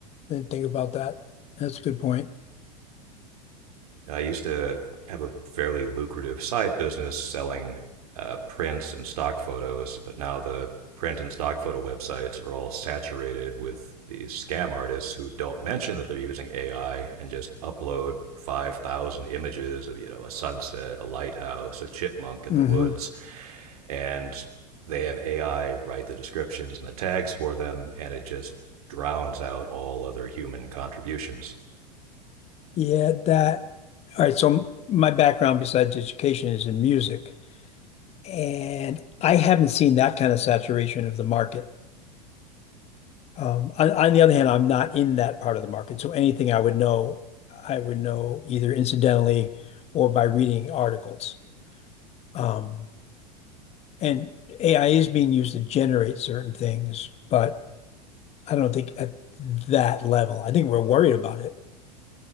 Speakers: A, on the left (about 30°); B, on the right (about 60°).
A: Didn't think about that. That's a good point.
B: I used to have a fairly lucrative side business selling uh, prints and stock photos, but now the print and stock photo websites are all saturated with these scam artists who don't mention that they're using AI and just upload 5,000 images of, you know, a sunset, a lighthouse, a chipmunk in
A: hmm
B: the woods, and they have AI write the descriptions and the tags for them, and it just drowns out all other human contributions.
A: Yeah, that. All right. So my background besides education is in music, and I haven't seen that kind of saturation of the market. Um, On on the other hand, I'm not in that part of the market, so anything I would know, I would know either incidentally or by reading articles. Um, And AI is being used to generate certain things, but I don't think at that level. I think we're worried about it